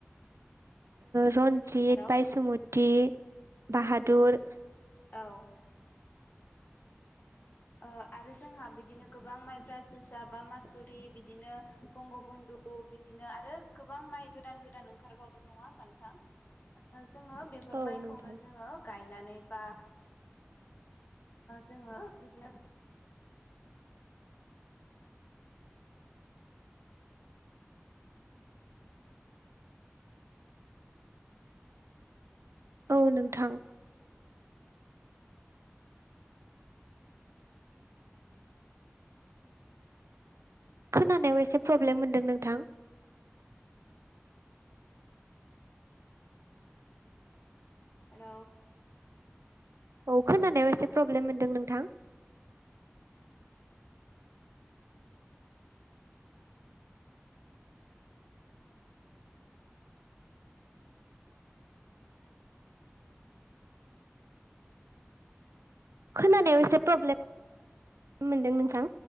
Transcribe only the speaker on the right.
रन्जित
बायसुमति बाहादुर
औ
नोंथां
औ नोंथां खोनानायाव एसे प्रब्लेम मोनदों नोंथां।
औ खोनानायाव एसे प्रब्लेम मोनदों नोंथां खोनानायाव एसे प्रब्लेम मोनदों नोंथां